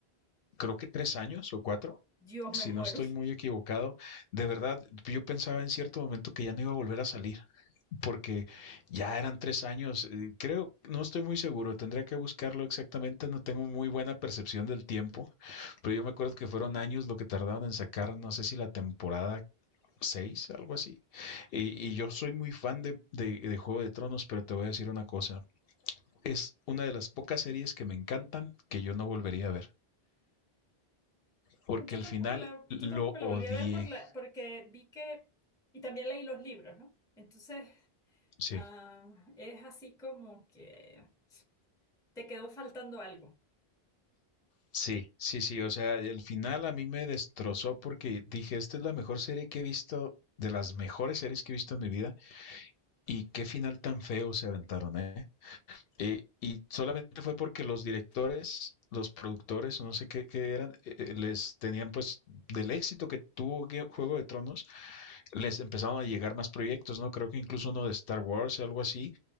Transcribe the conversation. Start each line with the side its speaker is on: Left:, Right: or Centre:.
Left: creo que tres años o cuatro,
Centre: Dios,
Left: si
Centre: me muero.
Left: no estoy
Centre: <laughs>
Left: muy equivocado, de verdad, yo pensaba en cierto momento que ya no iba a volver a salir, porque ya eran tres años, eh, creo, no estoy muy seguro, tendría que buscarlo exactamente, no tengo muy buena percepción del tiempo, pero yo me acuerdo que fueron años lo que tardaron en sacar, no sé si la temporada seis, algo así. Y, y yo soy muy fan de, de, de Juego de Tronos, pero te voy a decir una cosa. Es una de las pocas series que me encantan que yo no volvería a ver, porque
Centre: Yo
Left: el
Centre: tampoco
Left: final
Centre: la,
Left: lo
Centre: yo tampoco la
Left: odié.
Centre: volví a ver por la, porque vi que, y también leí los libros, ¿no? Entonces,
Left: Sí,
Centre: ah, es así como que te quedó faltando algo.
Left: Sí, sí, sí, o sea, el final a mí me destrozó porque dije, esta es la mejor serie que he visto, de las mejores series que he visto en mi vida, y qué final tan feo se aventaron, ¿eh? Eh, y solamente fue porque los directores, los productores, o no sé qué, qué eran, eh, eh, les tenían pues del éxito que tuvo Gue- Juego de Tronos, les empezaron a llegar más proyectos, ¿no? Creo que incluso uno de Star Wars, algo así,